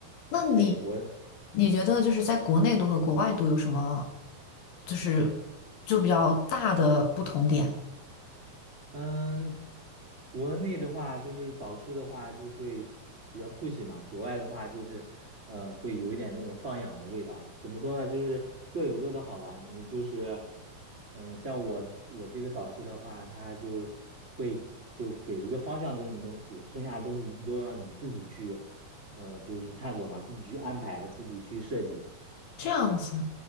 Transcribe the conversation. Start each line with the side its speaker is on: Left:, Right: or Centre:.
Left: 那你，
Right: 对，我。
Left: 你觉得就是在国内读和国外读有什么，就是就比较大的不同点？
Right: 嗯，国内的话就是导师的话就会比较 push 嘛，国外的话就是，嗯、会有一点那种放养的味道。怎么说呢？就是各有各的好吧。你就是，嗯、像我我这个导师的话，他就会就给一个方向这种东西，剩下的东西都让你自己去，呃，就是探索嘛，自己去安排，自己去设计。
Left: 这样子，